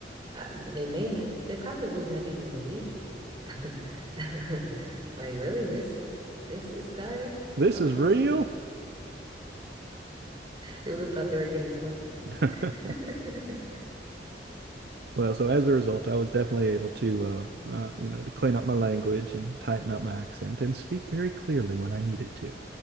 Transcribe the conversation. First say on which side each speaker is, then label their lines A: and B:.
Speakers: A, on the right; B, on the right.
A: Uh, they may have, they probably wouldn't have even believed you. <laughs> Like, really, this this this guy?
B: This
A: Okay.
B: is real.
A: <laughs> They would have thought they were getting punked.
B: <laughs>
A: <laughs>
B: Well, so as a result, I was definitely able to, uh, uh, you know, to clean up my language and tighten up my accent and speak very clearly when I needed to.